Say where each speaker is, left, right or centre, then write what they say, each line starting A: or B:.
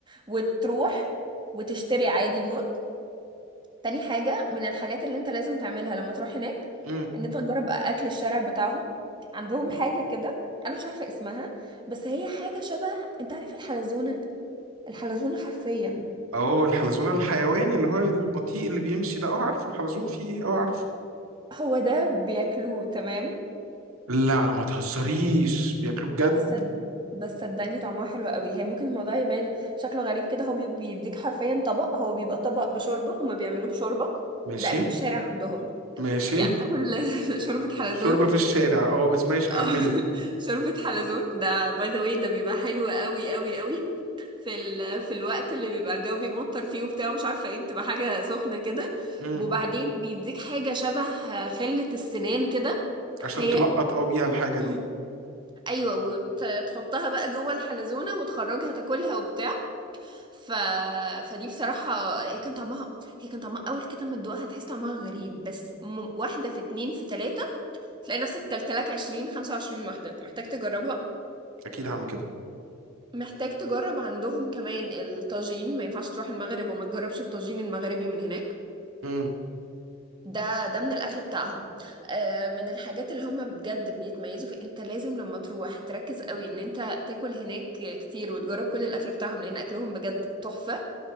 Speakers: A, on the right; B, on the right.
A: وتروح وتشتري عادي موت تاني حاجة من الحاجات اللي انت لازم تعملها لما تروح هناك
B: امم
A: ان انت تجرب اكل الشارع بتاعهم عندهم حاجة كده انا مش عارفة اسمها بس هي حاجة شبه انت عارف الحلزونة الحلزونة حرفيا
B: اه الحلزون الحيوان اللي هو البطيء اللي بيمشي ده اه عارفه الحلزون فيه ايه اه عارفه
A: هو ده بياكلوه تمام
B: لا ما تهزريش بياكلوه بجد
A: بس صد- بس صدقني طعمها حلو قوي هي ممكن الموضوع يبان شكله غريب كده هو بي- بيديك حرفيا طبق هو بيبقى طبق بشوربة هما بيعملوه بشوربة
B: ماشي
A: ده أكل الشارع عندهم
B: ماشي
A: يعني بتاكل <laughs> شوربة حلزون
B: شوربة في الشارع اه بس ماشي كملي
A: أو <laughs> شوربة حلزون ده باي ذا واي ده بيبقى حلو قوي قوي قوي في ال... في الوقت اللي بيبقى الجو بيمطر فيه وبتاع مش عارفة ايه بتبقى حاجة سخنة كده
B: مم.
A: وبعدين بيديك حاجة شبه خلة السنان كده
B: عشان
A: هي
B: تلقط اه بيها الحاجة دي
A: <clears throat> ايوه وتحطها بقى جوه الحلزونه وتخرجها تاكلها وبتاع ف... فدي بصراحه هي كان طعمها هي كان طعمها اول كده ما تدوقها تحس طعمها غريب بس م... واحده في اتنين في تلاته تلاقي نفسك كلت لك 20 25 واحده انت محتاج تجربها
B: اكيد هعمل كده
A: محتاج تجرب عندهم كمان الطاجين ما ينفعش تروح المغرب وما تجربش الطاجين المغربي من هناك
B: مم.
A: ده ده من الاكل بتاعهم آه، من الحاجات اللي هم بجد بيتميزوا في انت لازم لما تروح تركز قوي ان انت تاكل هناك كتير وتجرب كل الاكل بتاعهم لان اكلهم بجد تحفة